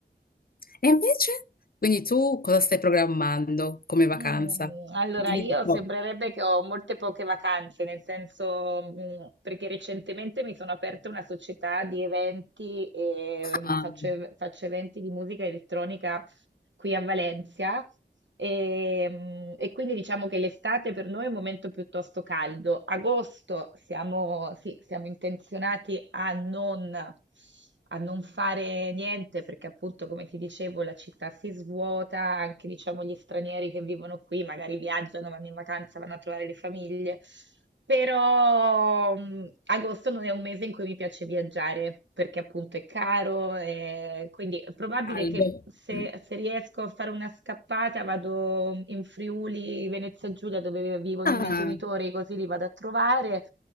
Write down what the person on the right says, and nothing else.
Mm, allora,
io
sembrerebbe che ho molte poche vacanze, nel senso, mm, perché recentemente mi sono aperta una società di eventi e
mm, faccio faccio eventi di musica elettronica qui a Valencia. E, mm, e quindi diciamo che l'estate per noi è un momento piuttosto caldo. Agosto siamo, sì, siamo intenzionati a non, a non fare niente perché appunto, come ti dicevo, la città si svuota, anche diciamo gli stranieri che vivono qui magari viaggiano, vanno in vacanza, vanno a trovare le famiglie. Però mh, agosto non è un mese in cui mi piace viaggiare perché appunto è caro, e quindi è probabile
che se,
se riesco a fare una scappata vado in Friuli, Venezia Giulia dove vivono
i miei genitori, così li vado a trovare.